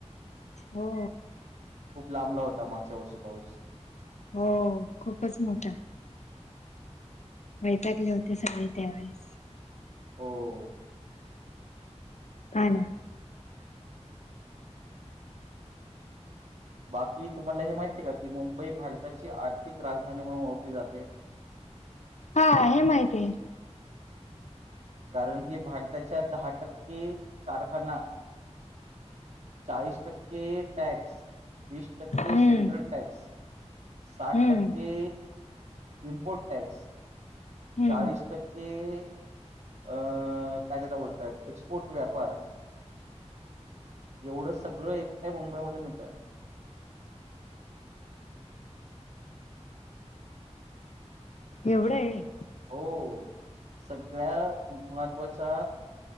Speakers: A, on the left; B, on the right.
A: हो.
B: खूप लांबला होता मागच्या वर्षी पाऊस
A: हो खूपच मोठा वैताकले होते सगळे त्यावेळेस
B: होओ.
A: नाही.
B: बाकी तुम्हाला हे माहिती आहे का, की 'मुंबई भारताची आर्थिक राजधानी म्हणून ओळखली जाते'.
A: हा हे माहितीय.
B: कारण की भारताच्या दहा टक्के कारखाना चाळीस टक्के टॅक्स वीस टक्के
A: हम्म
B: सेंट्रल टॅक्स साठ
A: हम्म
B: टक्के इम्पोर्ट टॅक्स
A: हम्म
B: चाळीस टक्के अं काय त्याला बोलतात एक्सपोर्ट व्यापार एवढं सगळं एकट्या मुंबईमधून येतं.
A: एवढं
B: सग
A: आहे.
B: हो सगळ्या महत्वाच्या